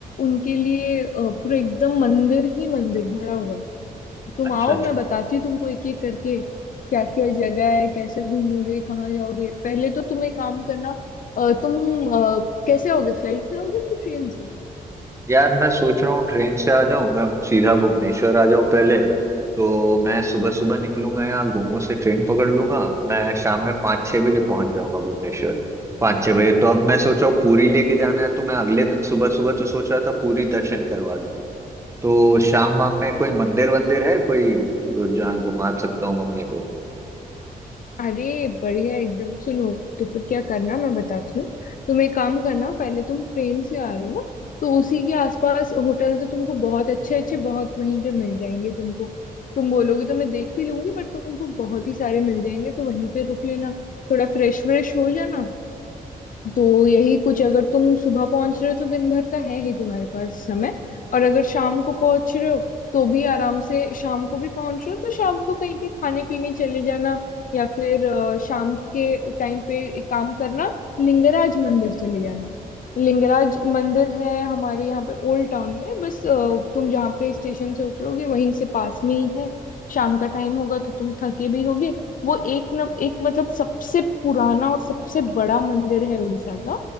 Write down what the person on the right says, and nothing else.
अच्छा
अच्छा
यार मैं सोच रहा हूँ ट्रेन से आ जाऊं मैं अब सीधा भुवनेश्वर आ जाऊं पहले तो मैं सुबह सुबह निकलूंगा यहाँ गोमो से ट्रेन पकड़ लूंगा मैं शाम में पाँच छह बजे पहुंच जाऊंगा भुवनेश्वर पाँच छह बजे तो अब मैं सोच रहा हूँ पूरी लेके जाना है तो मैं अगले दिन सुबह सुबह तो सोच रहा था पूरी दर्शन करवा दूं तो शाम वाम में कोई मंदिर वंदिर है कोई अ, जहाँ घुमा सकता हूँ मम्मी को